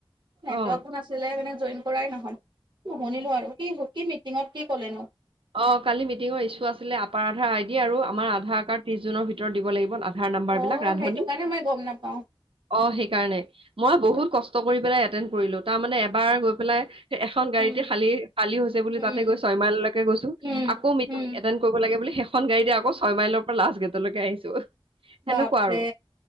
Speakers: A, on the right; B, on the right.
A: নেটৱৰক
B: অ'।
A: নাছিলে মানে জইন কৰাই নহয়ু শুনিলো আৰু কি - কি মিটিঙত কি কলেনো?
B: অ কালি মিটিঙৰ ইছ্যু আছিলে আপাৰ আধাৰ আই ডি আৰু আমাৰ আধাৰ কাৰ্ড ত্ৰিশ জুনৰ ভিতৰত দিব লাগিব আধাৰ নাম্বৰ
A: অ
B: বিলাক ৰান্ধনী
A: সেইটো কাৰণে মই গম নাপাও
B: অ, সেইকাৰণে মই বহুত কষ্ট কৰি পেলাই এটেড কৰিলো তাৰ মানে এবাৰ গৈ পেলাই এখন গাড়ীতে
A: উম
B: খালি - খালি হৈছে বুলি
A: উম
B: তাতে গৈ ছয়মাইললৈকে গৈছো
A: উম
B: আকৌ মিটিং
A: উম
B: এটেণ্ড কৰিব লাগে বুলি শে এখন গাড়ী দ আকৌ ছয় মাইলৰ পৰা লাষ্ট গেটলৈকে আহিছো সেনেকুৱা
A: বাপৰে
B: আৰু